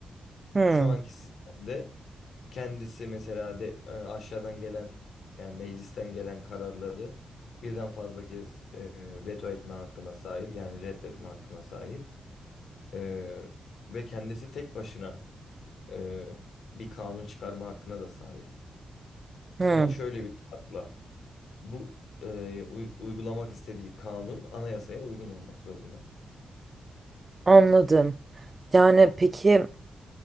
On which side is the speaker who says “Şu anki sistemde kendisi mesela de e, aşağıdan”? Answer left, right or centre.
Left